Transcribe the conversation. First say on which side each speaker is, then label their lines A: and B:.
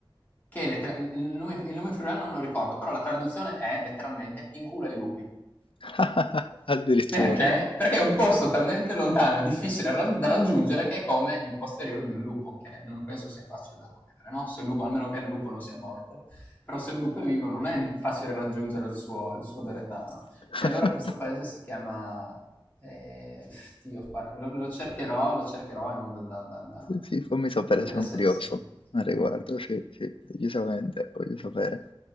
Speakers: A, on the left; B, on the left.
A: che lettera- il, nome, il nome friulano non me lo ricordo, però la traduzione è letteralmente in culo ai lupi.
B: <laughs> Addirittura.
A: Perché? Perché è un posto talmente lontano e difficile ra- da raggiungere che è come il posteriore di un lupo, che non penso sia facile da toccare, no? Se il lupo, almeno che il lupo non sia morto, però se il lupo è vivo non è facile raggiungere il suo, il suo deretano.
B: <laughs>
A: E allora questo paese si chiama... eh, Dio, guarda, lo, lo cercherò, lo cercherò in modo da, da- da-
B: Sì, fammi sapere,
A: da vedere
B: sono
A: se,
B: curioso
A: se- se
B: al
A: lo
B: riguardo,
A: trovo.
B: sì, sì, decisamente, voglio sapere.